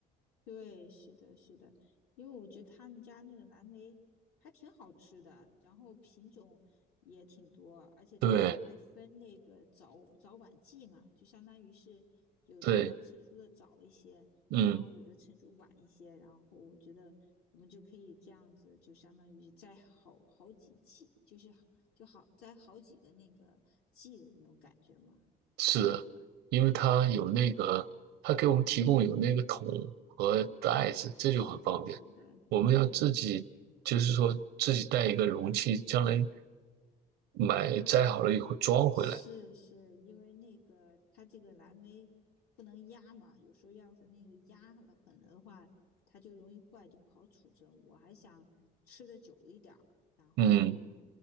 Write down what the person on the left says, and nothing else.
对，是的，是的，因为我觉得他们家那个蓝莓还挺好吃的，然后品种也挺多，而且它好像还分那个早早晚季嘛，
就相当于是有的比较成熟的早一些，
然后有的成熟晚一些，然后我觉得我们就可以这样子，就相当于摘好好几季，就是就好摘好几个那个季的那种感觉嘛。
对，是的，
是的，
对。
是是，因为那个它这个蓝莓不能压嘛，有时候要是那个压了狠了的话，它就容易坏，就不好储存。我还想吃的久一点儿然后